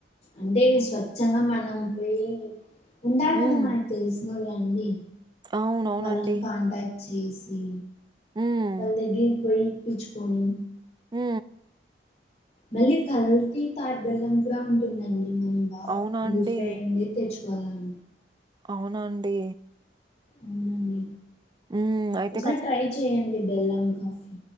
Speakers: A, on the left; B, on the right.
A: అంటే స్వచ్ఛంగా మనం పోయి ఉంటారు
B: హ్మ్.
A: కదా మనకు తెలుసు. వాళ్లండి
B: అవునవునండి.
A: వాళ్ళని కాంటాక్ట్ చేసి
B: హ్మ్.
A: వాల్ దగ్గరికి పోయి ఇప్పించుకొని,
B: మ్
A: మళ్ళీ కల్తీ తాడ్బెల్లం కూడా ఉంటుందండి. మనం బాగా
B: అవునా
A: ప్యూరిఫై
B: అండి?
A: అయింది తెచ్చుకో బలం
B: అవునాండి
A: అవునండి.
B: హ్మ్. అయితే
A: ఒకసారి ట్రై చేయడి బెల్లం కాఫీ.